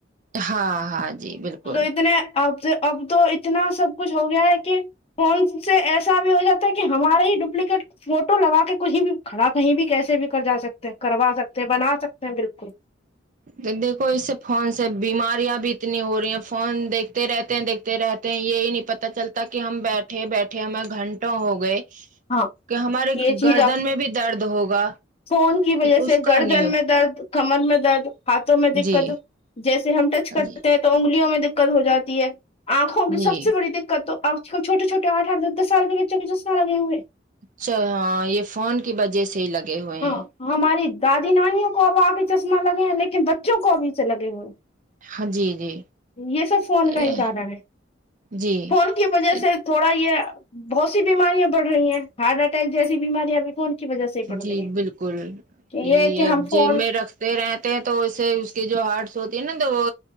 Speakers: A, on the right; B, on the left.
A: ہاں ہاں جی بالکل
B: اتنے اب اب تو اتنا سب کچھ ہو گیا ہے کی فون سے ایسا بھی ہو جاتا ہے کہ ہمارے ہی ڈپلیکیٹ فوٹو لگا کے کہیں بھی کھڑا کہیں بھی کیسے بھی کر جا سکتے ہیں کروا سکتے ہیں بنا سکتے ہیں بالکل
A: کہ دیکھو اس سے فون سے بیماریاں بھی اتنی ہو رہی ہیں فون دیکھتے رہتے ہیں دیکھتے رہتے ہیں یہی نہیں پتا چلتا کہ ہم بیٹھے بیٹھ ٹھے ہمیں گھنٹوں ہو گئے
B: ہاں
A: کہ ہمارے
B: یہ چیز
A: گردن
B: اب
A: میں بھی درد ہوگا
B: فون کی وجہ
A: اس
B: سے
A: کا
B: گردن
A: نہیں
B: میں درد کمر میں درد ہاتھوں میں دقت
A: جی
B: جیسے ہم ٹچ کرتے
A: جی
B: ہیں تو انگلیوں میں دقت ہو جاتی ہے آنکھوں کی
A: جی
B: سب سے بڑی دقت تو اور چھوٹے چھٹے آٹھ آٹھ دس دس سال بھی <unintelligible>
A: اچھا ہاں یہ فون کے وجہ سے ہی لگے ہوئے
B: ہاں
A: ہیں
B: ہماری دادی نانیوں کو اب آ کے چشمہ لگے ہیں لیکن بچوں کو ابھی سے لگے ہوئے ہیں
A: ہاں جی جی
B: یہ سب فون کا
A: یہ
B: ہی کارن ہے
A: جی
B: فون کی وجہ سے تھوڑا یہ بہت سی بیماریاں بڑھ رہی ہیں ہارٹ اٹیک جیسی بیماریاں بھی فون کی وجہ سے ہی بڑھ
A: جی
B: رہی
A: بالکل
B: ہیں
A: یہی
B: یہ ہے کہ
A: ہےاب
B: ہم
A: جیب
B: فون
A: میں رکھ تے رہتے ہیں تو اسے اس کی جو ہارٹس ہوتی ہے نہ تو وہ